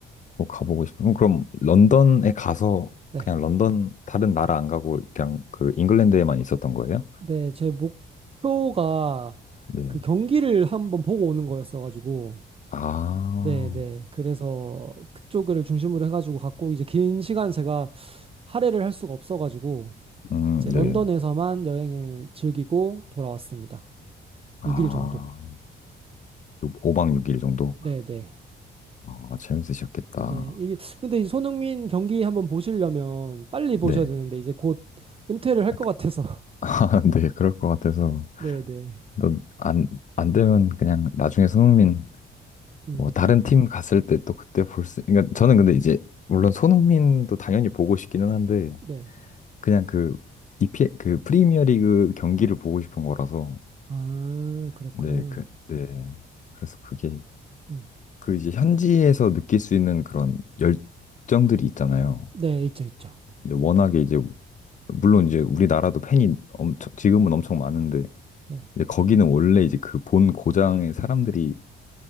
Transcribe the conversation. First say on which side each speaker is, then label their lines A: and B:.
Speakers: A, on the left (about 40°); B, on the right (about 30°).
A: 꼭 가보고 싶어요. 그럼 런던에 가서
B: 네.
A: 그냥 런던 다른 나라 안 가고 그냥 그 잉글랜드에만 있었던 거예요?
B: 네, 제 목표가
A: 네.
B: 그 경기를 한번 보고 오는 거였어가지고.
A: 아,
B: 네, 네. 그래서 그쪽을 중심으로 해가지고 갔고, 이제 긴 시간 제가 할애를 할 수가 없어가지고,
A: 음,
B: 이제 런던에서만
A: 네.
B: 여행을 즐기고 돌아왔습니다.
A: 아,
B: 6일 정도.
A: 5박 6일 정도?
B: 네, 네.
A: 아, 재밌으셨겠다.
B: 네, 이게 근데 이 손흥민 경기 한번 보시려면 빨리 보셔야
A: 네.
B: 되는데 이제 곧 은퇴를
A: <laughs>
B: 할 것 같아서. <laughs>
A: 아, 네, 그럴 것 같아서.
B: 네, 네.
A: 너 안, 안 되면 그냥 나중에 손흥민
B: 음.
A: 뭐 다른 팀 갔을 때 또 그때 볼 수, 그러니까 저는 근데 이제 물론 손흥민도 당연히 보고 싶기는 한데
B: 네.
A: 그냥 그 이피 그 프리미어리그 경기를 보고 싶은 거라서
B: 아, 그렇구나.
A: 네, 그, 네. 그래서 그게
B: 음.
A: 그 이제 현지에서 느낄 수 있는 그런 열정들이 있잖아요.
B: 네, 있죠, 있죠.
A: 이제 워낙에 이제 물론 이제 우리나라도 팬이 엄청 지금은 엄청 많은데
B: 네.
A: 이제 거기는 원래 이제 그 본 고장의 사람들이